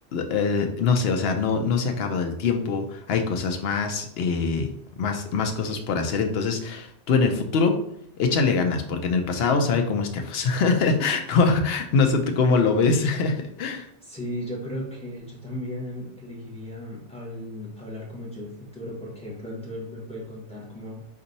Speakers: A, on the left (about 65°); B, in the centre.
A: eh, no sé, o sea, no, no se ha acabado el tiempo, hay cosas más, eh, más, más cosas por hacer, entonces tú en el futuro, échale ganas, porque en el pasado sabe cómo estemos. <laughs> No, no sé tú cómo lo ves. <laughs>
B: Sí, yo creo que yo también elegiría habl- hablar como yo el futuro porque de pronto él me puede contar como